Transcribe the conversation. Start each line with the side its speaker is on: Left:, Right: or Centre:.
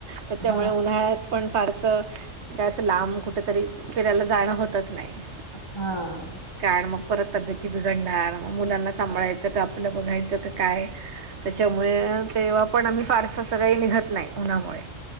Right: त्याच्यामुळे
Left: हां.
Right: उन्हाळ्यात पण फारस तर असं लांब कुठ तरी फिरायला जाणं होतच नाही.
Left: हां.
Right: कारण मग परत तब्येती बिघडणार मग मुलांना सांभाळायचं
Left: हो.
Right: का आपलं बघायचं का काय त्याच्यामुळे तेव्हा पण आम्ही फारसं सगळी निघत नाही उन्हामुळे.